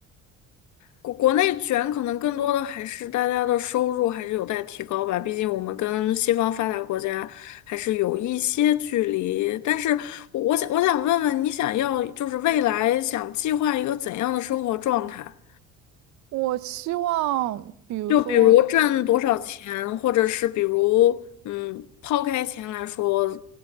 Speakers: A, on the left (about 70°); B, on the right (about 70°).
A: 国国内卷可能更多的还是大家的收入还是有待提高吧，毕竟我们跟西方发达国家还是有一些距离。但是我，我想我想问问你，想要就是未来想计划一个怎样的生活状态？
B: 我希望，比如说。
A: 就比如挣多少钱，或者是比如嗯，抛开钱来说，